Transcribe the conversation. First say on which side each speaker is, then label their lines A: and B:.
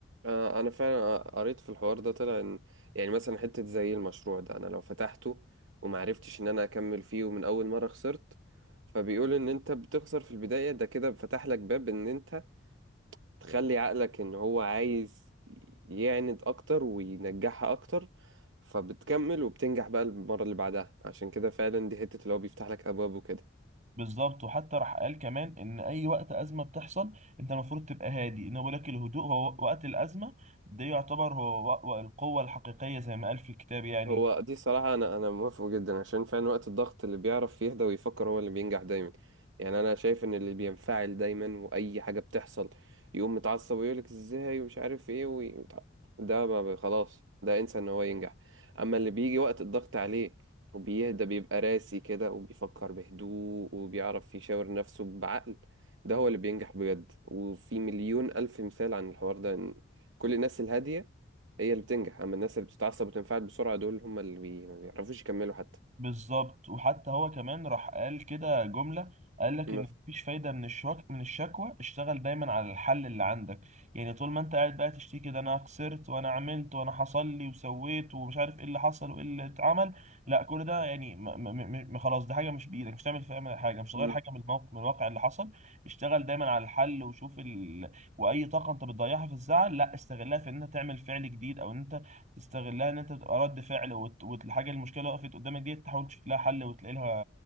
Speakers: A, on the right; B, on the right.
A: انا انا فعلا قريت في الحوار ده طلع ان يعني مثلا حته زي المشروع ده انا لو فتحته ومعرفتش ان انا اكمل فيه ومن اول مره خسرت فبيقول ان انت بتخسر في البدايه ده كده فتح لك باب ان انت تخلي عقلك ان هو عايز يعند اكتر وينجحها اكتر فبتكمل وبتنجح بقى المره اللي بعدها عشان كده فعلا دي حته اللي هو بيفتح لك ابواب وكده
B: بالظبط وحتى راح قال كمان ان اي وقت ازمه بتحصل انت المفروض تبقى هادي انه بيقول لك الهدوء هو وقت الازمه ده يعتبر هو و- و- القوه الحقيقيه زي ما قال في الكتاب يعني
A: هو دي صراحة أنا أنا موافقه جدا عشان فعلا وقت الضغط اللي بيعرف يهدى ويفكر هو اللي بينجح دايما يعني أنا شايف إن اللي بينفعل دايما وأي حاجة بتحصل يقوم متعصب ويقولك إزاي ومش عارف إيه وي... ده ما بي- خلاص ده انسى إن هو ينجح أما اللي بيجي وقت الضغط عليه وبيهدى بيبقى راسي كده وبيفكر بهدوء وبيعرف يشاور نفسه بعقل ده هو اللي بينجح بجد وفي مليون ألف مثال عن الحوار ده إن كل الناس الهادية هي اللي بتنجح اما الناس اللي بتتعصب وتنفعل بسرعه دول هم اللي بي... ما بيعرفوش يكملوا حتى
B: بالظبط وحتى هو كمان راح قال كده جملة قال لك
A: ما
B: ان
A: ف-
B: مفيش فايدة من الشك من الشكوى اشتغل دايما على الحل اللي عندك يعني طول ما انت قاعد بقى تشتكي ده انا خسرت وانا عملت وانا حصل لي وسويت ومش عارف ايه اللي حصل وايه اللي اتعمل لا كل ده يعني م م م خلاص دي حاجة مش بإيدك مش تعمل فيها حاجة مش تغير
A: مم.
B: حاجة من الموقف من الواقع اللي حصل اشتغل دايما على الحل وشوف ال... واي طاقة انت بتضيعها في الزعل لا استغلها في ان انت تعمل فعل جديد او ان انت تستغلها ان انت تبقى رد فعل وت- والحاجه المشكله وقفت قدامك دي تحاول تشوف لها حل وتلاقي لها